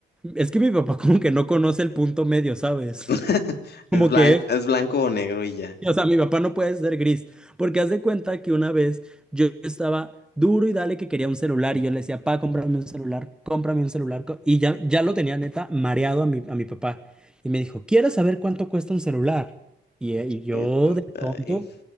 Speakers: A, in the centre; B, on the left.
A: es que mi papá <laughs> como que no conoce el punto medio, ¿sabes?
B: <laughs>
A: Como
B: Es blanco,
A: que
B: es blanco o negro y ya.
A: O sea, mi papá no puede ser gris, porque haz de cuenta que una vez yo estaba duro y dale que quería un celular y yo le decía, pa, cómprame un celular, cómprame un celular, co- y ya, ya lo tenía neta mareado a mi, a mi papá. Y me dijo, ¿quieres saber cuánto cuesta un celular? Y, eh, y yo
B: Es-
A: de
B: ay,
A: tonto,